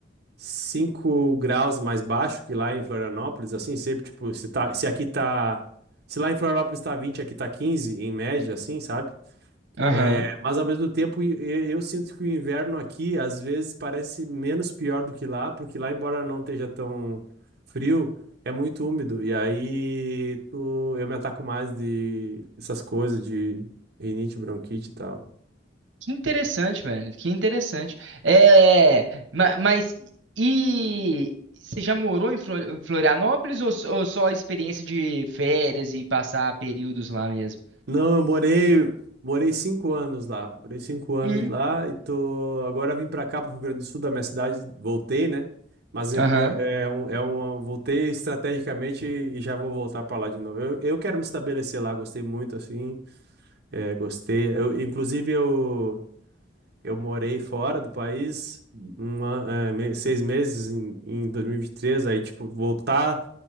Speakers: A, on the right (about 60°); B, on the right (about 85°).
A: 5 graus mais baixo que lá em Florianópolis, assim, sempre, tipo, se tá, se aqui tá, se lá em Florianópolis tá 20 aqui tá 15 em média, assim, sabe?
B: aham.
A: É, mas ao mesmo tempo, e- e- eu, sinto que o inverno aqui, às vezes, parece menos pior do que lá, porque lá, embora não esteja tão frio, é muito úmido, e aí tu, eu me ataco mais de essas coisas de rinite, bronquite e tal.
B: Que interessante, velho. Que interessante. É, ma- mas e você já morou em Flor- em Florianópolis ou, s- ou só a experiência de férias e passar períodos lá mesmo?
A: Não, eu morei, morei cinco anos lá. Morei cinco anos
B: Hum,
A: lá e tô. Agora vim pra cá, pro Rio Grande do Sul, da minha cidade, voltei, né? Mas é,
B: aham.
A: é, é um, é uma- Voltei estrategicamente e já vou voltar pra lá de novo. Eu, eu quero me estabelecer lá, gostei muito, assim. é, gostei. Eu, inclusive, eu, eu morei fora do país um an- é, me- seis meses em, em 2023. Aí, tipo, voltar